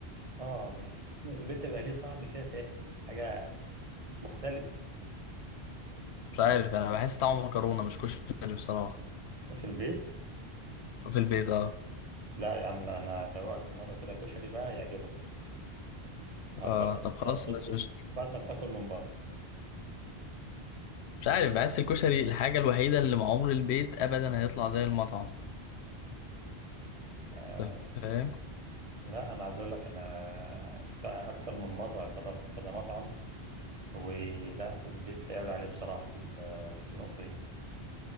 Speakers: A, on the right; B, on the left.
A: اه بحس إن في البيت ده بقى ليه طعم كده تاني حاجه مختلفه
B: مش عارف انا بحس طعمه مكرونة مش كشري بصراحة
A: في البيت
B: في البيت اه
A: لا يا عم لا انا ادوقك مره كده كشري بقى يعجبك هتبطل
B: اه طب خلاص
A: تطلب
B: ماشي قشطة.
A: بطل تاكل من بره
B: مش عارف بحس الكشري الحاجة الوحيدة اللي مع عمر البيت ابدا هيطلع زي المطعم
A: آه
B: انت فاهم
A: لا انا عايز اقول لك انا ك- اكتر من مره اجرب كذا مطعم ولا البيت لا يعلى عليه بصراحه في ال- في النقطه دي